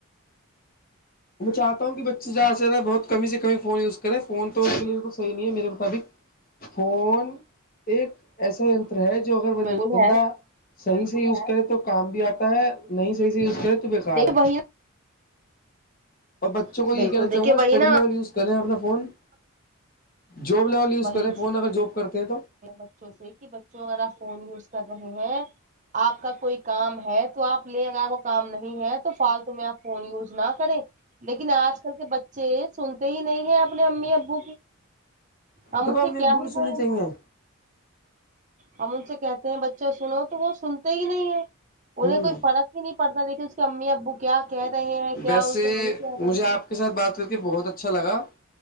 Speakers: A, on the left; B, on the right.
A: میں چاہتا ہوں کہ بچےہاں سےرے بہت کمی سے کمی فون یوز کریں فون تو ان کےے بالکل صحی نہیں ہے میرے مطابق فون ایک ایسا ہے جو اگر
B: بول
A: بندہ
B: ہے
A: صحیح سے یوز کرے تو کام بھی آتا ہے نہیں صحیح سے یوز کرے تو بےیکار
B: دیک
A: ہے
B: وہی
A: اور بچوں
B: نا
A: کو یہی
B: بالکل
A: کہنا چاہوں
B: دیکھیے
A: گا اسٹڈی
B: وہی نا
A: لیول یوز کریں اپنا فون جاب لیول یوز
B: وہی
A: کریں فون
B: چیز
A: اگر جاب کرتے ہیں تو
B: بچوں سے کہ بچوں اگر آپ فون یوز کر رہے ہیں آپ کا کوئی کام ہے تو آپ لیں اگرپ کو کام نہیں ہے تو فالتو میں آپ فون یوز نہ کریں لیکن آج کل کے بچے سنتے ہی نہیں ہیں اپنے امی ابو کو ہم
A: دکان
B: ان سے
A: میں
B: کیا
A: ابو کی
B: ہی
A: سننی
B: بولے
A: چاہیے
B: ہم ان سے کہتے ہیں بچے سنو تو وہ سنتے ہی نہیں ہے انہیں
A: ہ
B: کوئی فرق ہی نہیں پڑتا دیک کہ اس کے امی ابو کیا کہہ رہے ہیں کیا
A: ویسے
B: ان سے نہیں کہہ
A: مجھے
B: رہے
A: آپ
B: ہیں
A: کے ساتھ بات کر کے بہت اچھا لگا